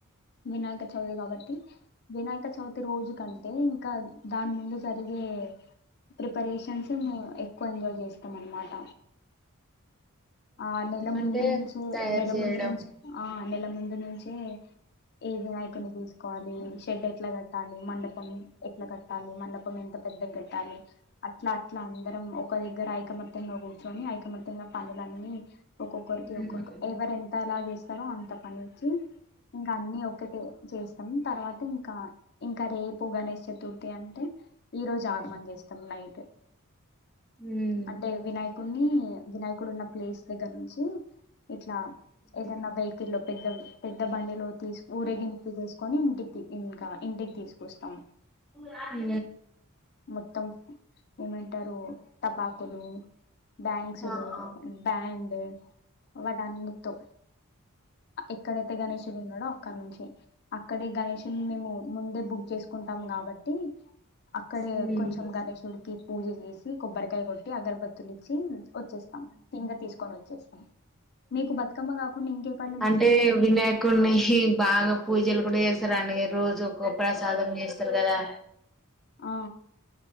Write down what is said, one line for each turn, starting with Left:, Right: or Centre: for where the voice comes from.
Left: వినాయక చవితి కాబట్టి వినాయక చవితి రోజు కంటే ఇంకా దాని ముందు జరిగే ప్రిపరేషన్స్ మేము ఎక్కువ ఎంజాయ్ చేస్తాం అనమాట. ఆ నెల
Centre: అంటే
Left: ముందు నుంచే
Centre: తయారు
Left: నెల
Centre: చేయడం
Left: ముందు నుంచి ఆ నెల ముందు నుంచే ఏ వినాయకుని తీసుకోవాలి షెడ్ ఎట్ల కట్టాలి. మండపం ఎట్ల కట్టాలి మండపం ఎంత పెద్దగ్ కట్టాలి. అట్లా అట్లా అందరం ఒక దగ్గర ఐకమత్యంగా కూర్చొని ఐకమత్యంగా పని. అని ఒక్కొక్కరికి
Centre: ఉమ్
Left: ఒక్కొక్క ఎవరు ఎంత ఎలా చేస్తారో అంత పనిచ్చి ఇంకా అన్ని ఒకటి చేస్తాం. తర్వాత ఇంకా ఇంకా రేపు గణేష్ చతుర్థి అంటే ఈ రోజు ఆగమం చేస్తాం నైట్
Centre: ఉమ్
Left: అంటే వినాయకుడిని వినాయక్ ఆ ప్లేస్ దగ్గర నుంచి ఇట్ల ఏదన్న
Centre: ఉమ్.
Left: వేకిల్లో పెద్దవి పెద్ద బండిలో తీస్ ఊరేగింపు తీసుకొని ఇంటికి ఇంకా ఇంటికి తీస్ కోస్తాం
Centre: ఆ
Left: మొత్తం ఏమంటారు టపాకులు బ్యాంగ్సులు
Centre: ఆహా
Left: బ్యాండ్ వాటి అన్నితో ఎక్కడైతే గణషడు ఉన్నాడో అక్కడ నుంచి అక్కడి గణేషుడిని మేము ముందే బుక్ చేసుకుంటాం కాబట్టి అక్కడే
Centre: హ్మ్
Left: కొంచెం గణేషుడికి పూజ చేసి కొబ్బరికాయ కొట్టి అగరబత్తులు ఇచ్చి వచ్చేస్తాం ఇంగ తీసుకొని వచ్చేస్తాం మీకు బతుకమ్మ కాకుండా ఇంకే పండుగ
Centre: అంటే
Left: ఇష్టం
Centre: వినాయకుడిని హి బాగా పూజలు గుడ్డెస్ రోజు ఒక ప్రసాదం చేస్తారు కదా
Left: ఆ